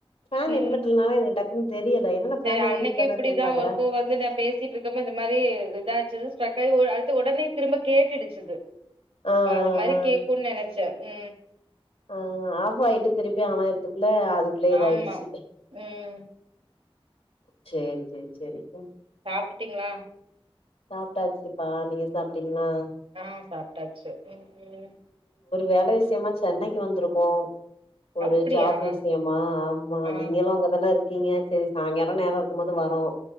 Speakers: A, on the left (about 80°); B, on the right (about 70°).
A: பேன்
B: ம்
A: இன்வென்டர்னால எனக்கு டக் தெரியல என்னடா ஃபேன்
B: சரி அன்னைக்கு
A: ஓடிட்டு தான
B: இப்டிதான்
A: இருக்கேன்னு பாக்குற
B: ஒருக்கோ வந்து நான் பேசிட்டு இருக்கோ அப்ப இத மாரி இதாச்சு ஸ்டக்காகி அடுத்து உடனே திரும்ப கேட்டுடுச்சுது
A: ஆ ஆ
B: அப்ப அது மாரி கேக்கும்ன்னு நனைச்சே உ
A: ஆ ஆஃப்ஆய்டு திருப்பி ஆனாயீட்டு இல்ல அதுக்குள்ளே இதாயிடுச்சு
B: ஆமா. ம்.
A: சேரி சேரி சேரி <inaudible>
B: சாப்ட்டுட்டீங்களா?
A: சாப்டாச்சுப்பா நீங்க சாப்ட்டீங்களா
B: ஆ சாப்டாச்சு உ
A: வேலை விஷயமா சென்னைக்கு வந்திருக்கோ ஒரு
B: அப்டியா?
A: ஜாப் விஷயமா ஆமா
B: ஆ
A: நீங்களு அங்கதானே இருக்கீங்க சரி சாய்ங்கலா நேரோ இருக்கும்போது வரோ